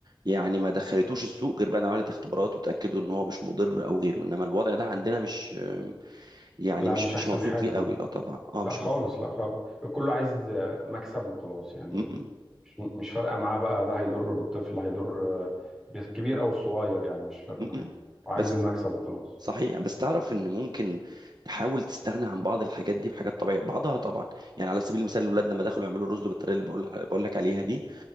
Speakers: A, on the right; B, in the centre.
A: يعني ما دخلتوش السوق غير بقى إن عملت اختبارات وتاكدوا ان هو مش مضر او غيره انما الوضع ده عندنا مش آه، يعني
B: لا
A: مش
B: مش احسن
A: مش موثوق
B: حاجه
A: فيه قوي اه طبعا اه
B: لا
A: مش
B: خالص
A: موثوق
B: لا خالص الكل عايز آه، مكسب وخلاص يعني
A: م- م-
B: مش مش فارقه معاه بقى ده هيضر بالطفل هيضر آه، بالكبير او الصغير يعني مش فارقه
A: م-
B: معاه
A: م-
B: وعايز
A: بس
B: المكسب وخلاص
A: صحيح بس تعرف ان ممكن تحاول تستغنى عن بعض الحاجات دي بحاجات طبيعيه بعضها طبعا يعني على سبيل المثال الاولاد لما دخلوا يعملوا الرز بالطريقه اللي بقول بقول لك عليها دي